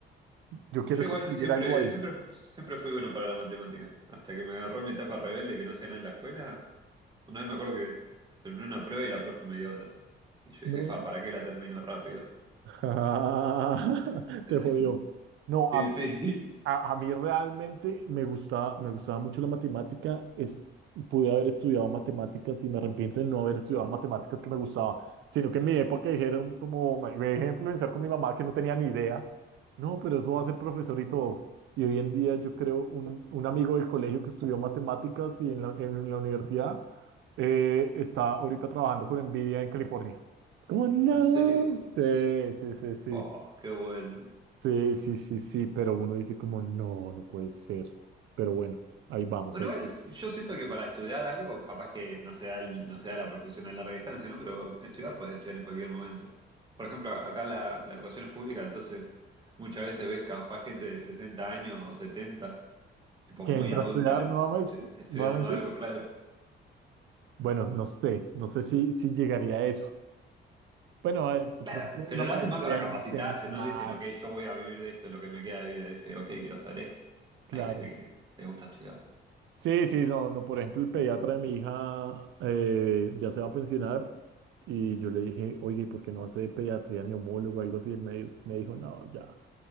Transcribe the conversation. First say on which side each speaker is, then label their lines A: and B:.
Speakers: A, on the right; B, on the right.
A: yo quiero
B: Yo
A: es
B: igual
A: conseguir
B: siempre,
A: algo ahí.
B: siempre, siempre fui bueno para la matemática. Hasta que me agarró mi etapa rebelde que no hacía nada en la escuela. Una vez me acuerdo que terminé una prueba y la profe me dio otra. Y yo
A: No,
B: dije, fa, ¿para qué la termino rápido?
A: <laughs>
B: <laughs>
A: te jodió. No,
B: sí
A: a
B: sí,
A: A, a mí realmente me gustaba, me gustaba mucho la matemática. Es, pude haber estudiado matemáticas y me arrepiento de no haber estudiado matemáticas que me gustaba, sino que en mi época dijeron como me me dejé influenciar con mi mamá que no tenía ni idea. No, pero eso va a ser profesor y todo. Y hoy en día yo creo un, un amigo del colegio que estudió matemáticas y en la, en la universidad eh, está ahorita trabajando con Nvidia en California. Es como, no.
B: ¿en serio?
A: Sí, sí, sí, sí.
B: Oh, qué bueno.
A: Sí, sí, sí, sí, pero uno dice como, no, no puede ser. Pero bueno, ahí vamos,
B: Bueno,
A: ahí
B: igual
A: vamos.
B: es- yo siento que para estudiar algo, capaz que no sea, el- no sea la profesión a larga distancia, ¿no? Pero estudiar puedes estudiar en cualquier momento. Por ejemplo, acá la, la educación es pública, entonces muchas veces ves capaz gente de 60 años o 70 tipo
A: ¿Qué
B: muy
A: entra
B: adulta,
A: a estudiar nuevamente?
B: estu- estudiando
A: nuevamente?
B: algo, claro.
A: Bueno, no sé, no sé si, si llegaría a eso. Bueno, a- de
B: Claro,
A: pronto una
B: pero lo
A: maestría
B: hacen más para
A: en
B: capacitarse,
A: matemáticas,
B: no dicen, ok, yo voy a vivir de esto, lo que me queda de vida, dice, ok, quiero saber esto.
A: claro.
B: Hay gente que le gusta estudiar.
A: Sí, sí, no, no, por ejemplo, el pediatra de mi hija eh, ya se va a pensionar y yo le dije, oye, ¿y por qué no hace pediatría neumólogo o algo así? Él me, me dijo, no, ya,